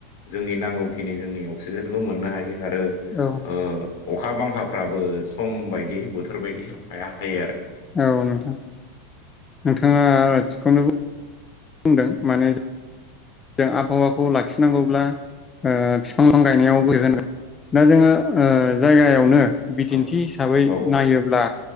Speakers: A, on the left (about 75°); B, on the left (about 20°).
A: जोंनि नांगौखिनि जोंनि अक्सिजेनखौ मोननो हायो आरो
B: औ
A: ओ उम। अखा बांखाफ्राबो सम बायदि बोथोर बायदि अखाया हायो आरो।
B: औ नोंथां नोंथाङा आ थिगखौनो बु बुंदों माने जों आबहावाखौ लाखिनांगौब्ला ओ फिफां लाइफां गायनायाव <unintelligible> दा जोङो जायगायावनो बिदिन्थि
A: औ
B: हिसाबै
A: औ
B: नायोब्ला